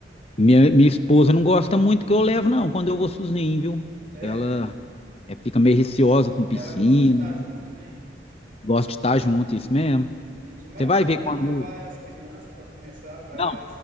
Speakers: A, on the left; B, on the right.
A: minha, minha esposa não gosta muito que eu levo, não, quando eu vou sozinho, viu?
B: é,
A: Ela é, fica meio receosa com piscina,
B: ela gosta de estar junto, né?
A: gosta de estar junto, isso mesmo.
B: Entendi, mas
A: Você
B: é
A: vai
B: bom,
A: ver
B: né?
A: quando.
B: Levar as crianças para começar, para
A: Não,